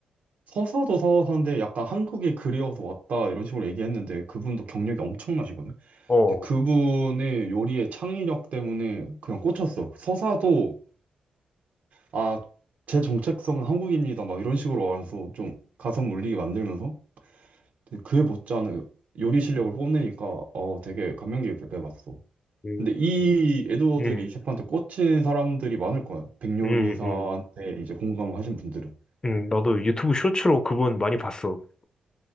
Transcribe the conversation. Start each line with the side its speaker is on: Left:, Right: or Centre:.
Right: 서사도 서사인데 약간 한국이 그리워서 왔다 이런 식으로 얘기했는데 그분도 경력이 엄청나시거든.
Left: 어.
Right: 근데 그분의 요리의 창의력 때문에 그냥 꽂혔어. 서사도 아, 제 정체성은 한국입니다 막 이런 식으로 와서 좀 가슴 울리게 만들면서 되게 그에 못지않은 요리 실력을 뽐내니까 어 되게 감명 깊게 봤어.
Left: 음,
Right: 근데 이
Left: 음,
Right: 에드워드
Left: 음,
Right: 리 셰프한테 꽂힌 사람들이 많을 거야. 백요리사한테
Left: 음. 음.
Right: 이제 공감을 하신 분들은.
Left: 응, 나도 유튜브 쇼츠로 그분 많이 봤어.